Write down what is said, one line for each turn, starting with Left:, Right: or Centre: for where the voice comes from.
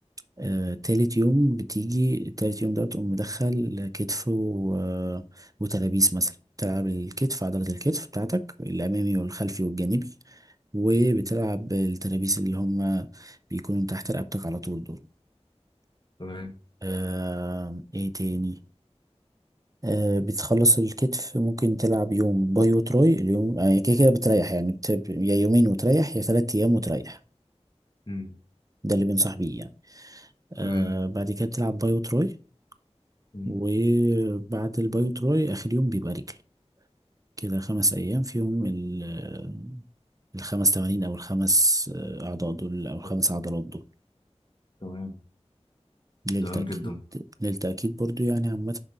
Right: آه، تالت يوم بتيجي تالت يوم ده بتقوم مدخل كتف و... آه، وترابيس مثلا تلعب الكتف عضلة الكتف بتاعتك الأمامي والخلفي والجانبي وبتلعب
Left: مم.
Right: الترابيس اللي هم بيكونوا تحت رقبتك على طول دول
Left: تمام
Right: آه ايه تاني آه بتخلص الكتف ممكن تلعب يوم باي وتراي اليوم آه كده كده بتريح يعني بت... يا يومين وتريح يا تلات أيام وتريح
Left: مم.
Right: ده اللي بنصح بيه يعني آه
Left: تمام
Right: بعد كده بتلعب باي وتراي
Left: مم.
Right: وبعد البايو تراي آخر يوم بيبقى رجل كده خمس أيام فيهم ال- الخمس تمارين أو الخمس آه، أعضاء دول أو الخمس
Left: ت-
Right: عضلات دول
Left: تمام
Right: للتأكيد
Left: تمام جدا
Right: للتأكيد برضو يعني عامة